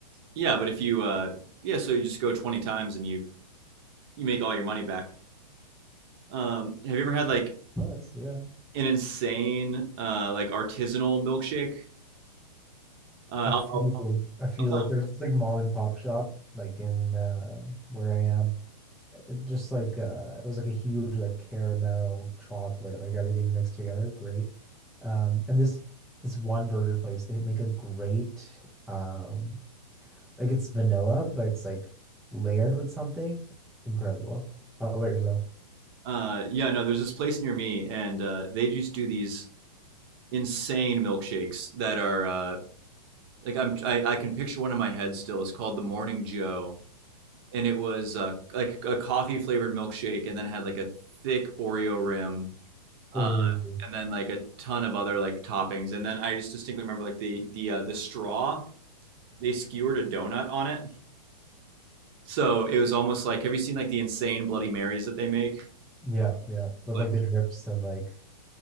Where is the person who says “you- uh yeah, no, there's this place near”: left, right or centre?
Right